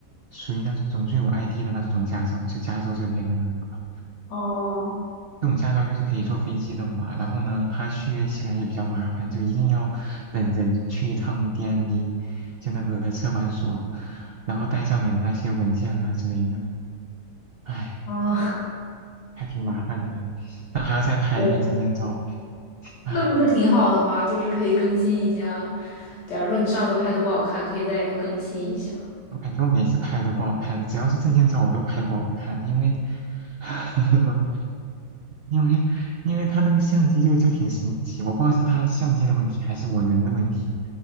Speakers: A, on the right; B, on the left.
A: 属于那种瑞武 ID 的那种驾照，就加州这边的那个。
B: 哦
A: 这种驾照就是可以坐飞机的嘛，然后呢，它续约起来也比较麻烦，就一定要本人去一趟 d m V，就那个车管所，然后带上你的那些文件啊之类的，唉，
B: 啊，
A: 还挺麻烦的，然后还要再拍一遍证件照，
B: <laughs> 对
A: 唉，
B: 那不是挺好的吗？就是可以更新一下。假如说你上次拍的不好看，可以再更新一下。
A: 我感觉我每次拍都不好看，只要是证件照我都拍不好看，因为 <laughs> 因为因为他那个相机就就挺神奇，我不知道是他相机的问题还是我人的问题，